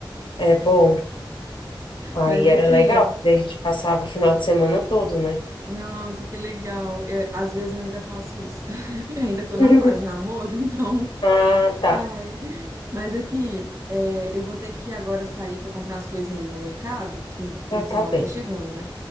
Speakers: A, on the left (about 65°); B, on the right (about 35°).
A: É bom. Aí
B: Mas aqui,
A: era legal, porque daí a gente passava o final de semana todo, né?
B: nossa, que legal. Eu, às vezes eu ainda faço isso. <laughs> Ainda tô
A: <laughs>
B: na fase de namoro, então
A: Ah, tá.
B: Ai, mas aqui, é, eu vou ter que agora sair para comprar as coisas ali no mercado, que fim, fim
A: Ah,
B: de semana
A: tá bem.
B: tá chegando, né?